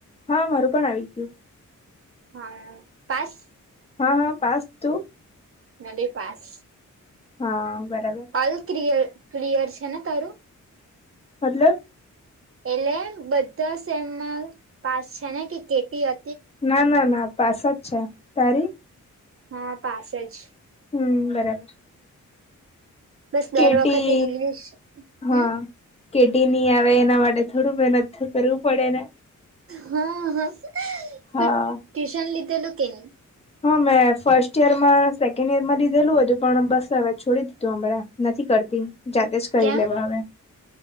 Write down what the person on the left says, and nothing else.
હા મારું પણ આવી ગયું
હ હ પાસ તું?
હા બરાબર.
મતલબ
ના ના ના પાસ જ છે, તારી?
હમ બરાબર.
કેટી
હા કેટી ની આવે એના માટે થોડું મહેનત કરવું પડે ને
હા.
હા મેં ફર્સ્ટ યરમાં સેકન્ડ ઈયર માં લીધેલું હતું પણ બસ હવે છોડી દીધું હમણાં નથી કરતી જાતે જ કરી
લેવા હવે